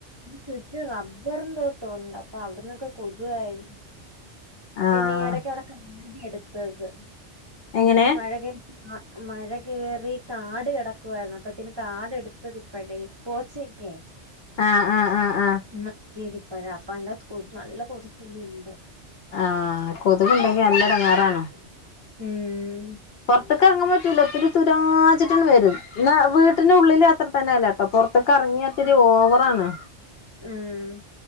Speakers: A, on the right; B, on the left.
A: ചുറ്റും റബ്ബറും തോട്ടോണ്ട് അപ്പൊ അവിടന്നൊക്കെ കൊതുവായിരി ഉം
B: ആഹ്
A: പിന്നെ ഈ ഇടയ്ക്ക് അവിടെക്കേ <unintelligible> എട്ത്തത്
B: എങ്ങനെ
A: മഴ കഴിഞ് മഴ കേറി കാട് കെടക്കുവായിരുന്നു അപ്പത്തിന് കാട് എട്ത്തത് ഇപ്പഴേ പോച്ചക്കെ
B: ആഹ് ആഹ് ആഹ് ആഹ്
A: മറ്റേത് ഇപ്പഴാഅപ്പൊ അയ്ന്റെകത്ത് കൊതു നല്ല കൊതുവിരിഞ്ഞ്ണ്ട്
B: ആഹ് കൊതുക് ഇണ്ടെങ്കി നല്ല എടങ്ങാറാണ്
A: ഉം ഉം
B: പൊറത്ത്ക്ക് എറങ്ങാൻ പറ്റൂല ഒത്തിരി തുരു തുരാച്ച്ട്ട്ണ് വരും ഇന്നാ വീട്ടിന്റെ ഉള്ളില് അത്ര ഇപർണയല്ലട്ടോ പൊറത്ത്ക്ക് അറങ്ങിയാഇത്തിരി ഓവറാണ്
A: ഉം